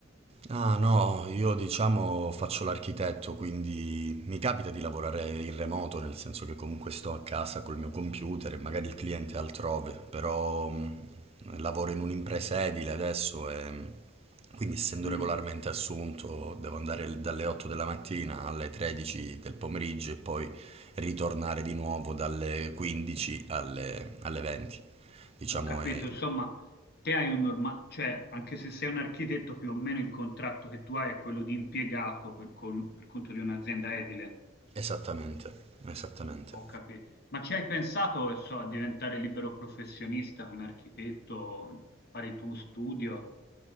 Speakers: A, on the right; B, on the left.
A: Ah no, io diciamo faccio l'architetto, quindi mi capita di lavorare in remoto, nel senso che comunque sto a casa col mio computer e magari il cliente è altrove, però mh, lavoro in un'impresa edile adesso e mh, quindi essendo
B: Mm.
A: regolarmente assunto devo andare dalle 8 della mattina alle 13 del pomeriggio e poi ritornare di nuovo dalle 15 alle, alle 20. Diciamo
B: Ho capito,
A: è
B: insomma, te hai un normale, cioè anche se sei un architetto, più o meno il contratto che tu hai è quello di impiegato per, con- per conto di un'azienda edile.
A: esattamente, esattamente.
B: Ho capito. Ma ci hai pensato, so, a diventare libero professionista come architetto, fare il tuo studio?